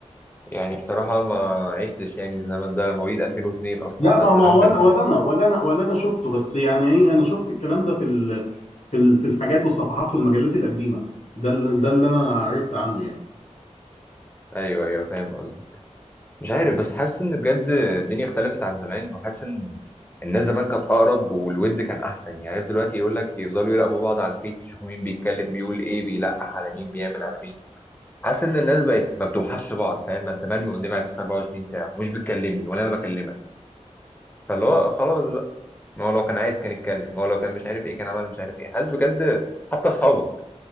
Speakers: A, on the left; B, on the left.
A: يعني بصراحة ما عشتش يعني الزمن ده أنا مواليد 2002 أصلا
B: لا
A: فالزمان
B: ما ما هو
A: بن...
B: انا ولا انا ولا انا ولا انا شفته بس يعني ايه انا شفت الكلام ده في ال... في ال... في الحاجات والصفحات والمجلات القديمه ده اللي... ده اللي انا عرفت عنه يعني
A: ايوه ايوه فاهم قصدي مش عارف بس حاسس ان بجد الدنيا اختلفت عن زمان وحاسس ان الناس زمان كانت اقرب والود كان احسن يعني عارف دلوقتي يقول لك يفضلوا يراقبوا بعض على الفيس يشوفوا مين بيتكلم بيقول ايه بيلقح على مين بيعمل على مين حاسس ان الناس بقت ما بتوحش بعض فاهم ما انت مرمي قدامي على الفيس 24 ساعه ومش بتكلمني ولا انا بكلمك فاللي هو خلاص بقى ما هو لو كان عايز كان يتكلم ما هو لو كان مش عارف ايه كان عمل مش عارف ايه حاسس بجد حتى اصحابك